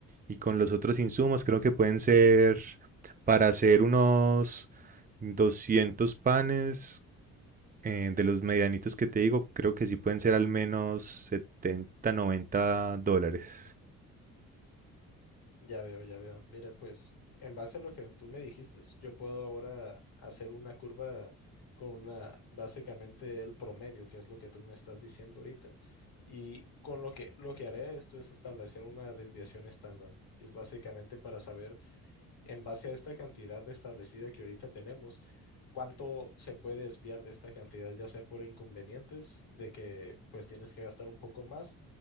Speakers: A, on the right (about 20°); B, on the left (about 70°).
A: y con los otros insumos creo que pueden ser para hacer unos doscientos panes eh, de los medianitos que te digo, creo que sí pueden ser al menos 70, 90 dólares.
B: ya veo, ya veo. Mira, pues en base a lo que tú me dijiste, yo puedo ahora hacer una curva con una, básicamente el promedio, que es lo que tú me estás diciendo ahorita. Y con lo que, lo que haré esto es establecer una desviación estándar. Y es básicamente para saber en base a esta cantidad establecida que ahorita tenemos, cuánto se puede desviar de esta cantidad, ya sea por inconvenientes de que pues tienes que gastar un poco más